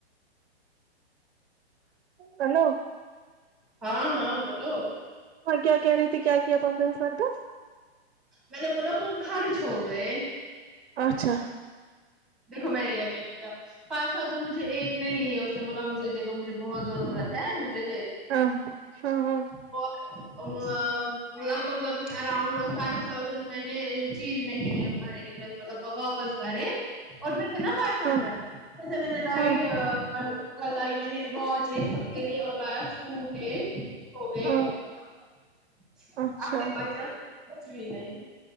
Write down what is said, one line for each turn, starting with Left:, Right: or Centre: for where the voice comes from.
Right: ہیلو
Centre: ہاں ہاں بولو
Right: ہاں کیا کہہ رہی تھی کیا پندرہ ہزار کا
Centre: میں نے بولا وہ خرچ ہو گئے
Right: اچھا
Centre: دیکھو میں نے یہ کہ کیا فائیو تھاؤزینڈ مجھے ایک نے لیے اس نے بولا مجھے د دو مجھے بہت ضرورت ہے مجھے
Right: ہاں ہاں ہاں
Centre: وہ ا لگ بھگ لگ بھگ اراؤنڈ فائیو تھاؤزینڈ میں نے چین میں ہی ہے ہمارے انوس مطلب با واپس بھارے اور پھر سے نا فائیو ہنڈرڈ
Right: ہاں
Centre: پ ج میں نے لائی
Right: ہاں
Centre: اور کل آئی میں نے واچ ایک خود کے لیے اور لایا سوٹ ایک ہو گئے
Right: ہاں
Centre: وہ بھی ختم
Right: اچھا
Centre: اب کیا بچا کچھ بھی نہیں